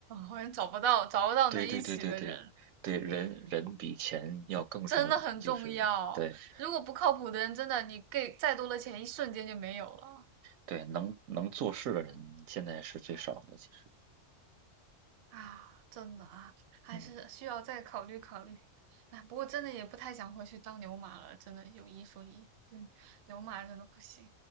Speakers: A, on the right; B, on the right.
A: 好像找不到找不到能一起的人。
B: 对对对对对对，人人比钱要更重要，
A: 真的很重要。
B: 就是对
A: 如果不靠谱的人，真的你给再多的钱，一瞬间就没有了
B: 对，能能做事的人现在是最少的，其实，
A: 啊！真的啊，还是需要再考虑考虑。
B: 嗯，
A: 哎，不过真的也不太想回去当牛马了，真的有一说一，嗯，牛马真的不行。